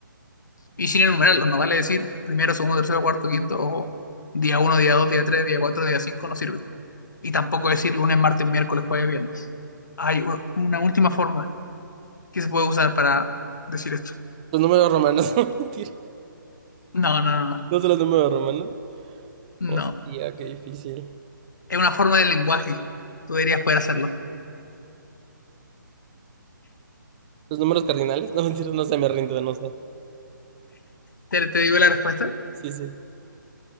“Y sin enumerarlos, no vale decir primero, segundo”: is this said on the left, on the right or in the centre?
Left